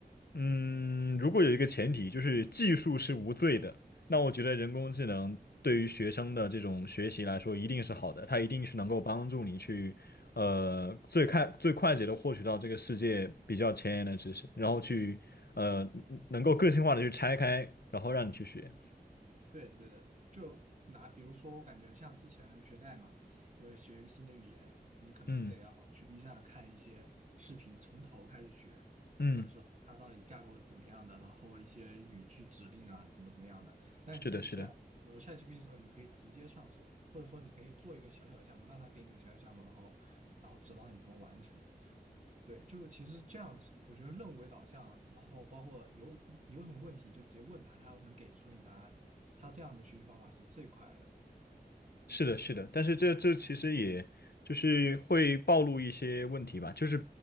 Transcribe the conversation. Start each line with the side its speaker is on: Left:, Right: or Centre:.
Left: 嗯，如果有一个前提，就是技术是无罪的，那我觉得人工智能对于学生的这种学习来说，一定是好的，它一定是能够帮助你去，呃，最快最快捷的获取到这个世界比较前沿的知识，然后去，呃，能够个性化的去拆开，然后让你去学。
Right: 对的，对的，就拿比如说，我感觉像之前学代码，比如学一个新的语言，你可能得要去
Left: 嗯
Right: B 站看一些视频，从头开始学，
Left: 嗯，
Right: 或者说它到底架构怎么样的，然后一些语句指令啊，怎么怎么样的。但其实你现在有了
Left: 是的，是的。
Right: ChatGPT 之后，你可以直接上手，或者说你可以做一个小小的项目，让它给你一个小小项目，然后然后指导你怎么完成。对，就其实这样子，我觉得任务为导向，然后包括有有什么问题就直接问他，他能给出你答案。他这样的学习方法是最快的。
Left: 是的，是的，但是这这其实也就是会暴露一些问题吧，就是